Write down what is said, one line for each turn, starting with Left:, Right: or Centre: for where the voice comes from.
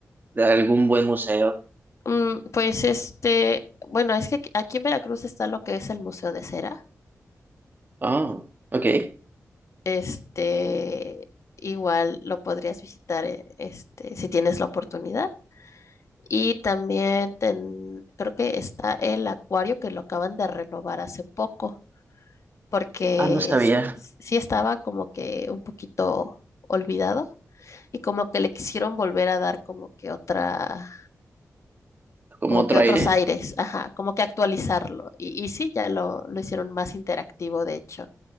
Right: de algún buen museo.
Left: Mm, pues este, bueno, es que aquí aquí en Veracruz está lo que es el Museo de Cera.
Right: Oh, ok.
Left: Este, igual lo podrías visitar, eh, este, si tienes la oportunidad. Y también ten- creo que está el acuario que lo acaban de renovar hace poco, porque
Right: Ah, no sabía.
Left: s- s- sí estaba como que un poquito olvidado y como que le quisieron volver a dar como que otra
Right: ¿Cómo
Left: como
Right: otro
Left: que otros
Right: aire?
Left: aires, ajá, como que actualizarlo. Y, y sí, ya lo, lo hicieron más interactivo, de hecho.